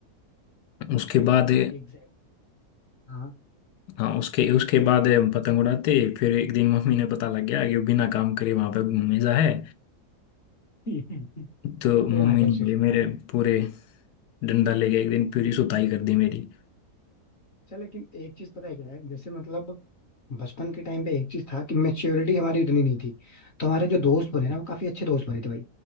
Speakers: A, on the left (about 90°); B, on the left (about 55°).
A: उसके बाद
B: एग्जैक्ट हाँ
A: हाँ उसके उसके बाद हम पतंग उड़ाते फिर एक दिन मम्मी ने पता लग गया कि वो बिना काम करे वहां पे घूमे जा है
B: <laughs> फिर
A: तो मम्मी
B: आगे
A: ने
B: फिर
A: बोली मेरे पूरे डंडा ले गया एक दिन पूरी सुताई कर दी मेरी
B: अच्छा लेकिन एक चीज पता है क्या है जैसे मतलब बचपन के टाइम पे एक चीज था कि मेच्योरिटी हमारी उतनी नहीं थी तो हमारे जो दोस्त बने ना वो काफी अच्छे दोस्त बने थे भाई